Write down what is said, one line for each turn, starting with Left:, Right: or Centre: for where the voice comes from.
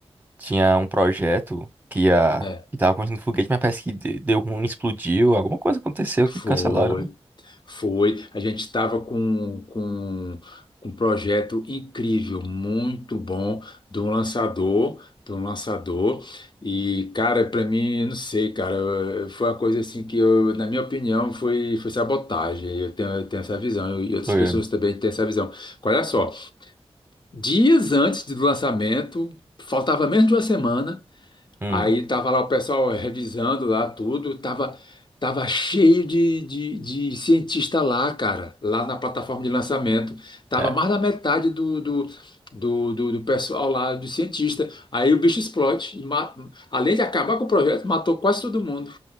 Right: tinha um projeto que ia
Left: É.
Right: que tava construindo foguete, mas parece que de- deu ruim, explodiu, alguma coisa aconteceu
Left: Foi.
Right: que cancelaram, né?
Left: Foi, a gente estava com, com, com um projeto incrível, muito bom, de um lançador, de um lançador. E, cara, para mim, não sei, cara, eu- foi uma coisa assim que, eu, na minha opinião, foi, foi sabotagem. Eu tenho, eu tenho essa visão, eu- e outras
Right: Foi,
Left: pessoas também têm essa visão. Olha só, dias antes do lançamento, faltava menos de uma semana.
Right: hum,
Left: Aí tava lá o pessoal revisando lá tudo, tava, tava cheio de, de, de cientista lá, cara, lá na plataforma de lançamento. Tava
Right: é.
Left: mais da metade do, do, do, do, do pessoal lá, do cientista. Aí o bicho explode. e ma- Além de acabar com o projeto, matou quase todo mundo,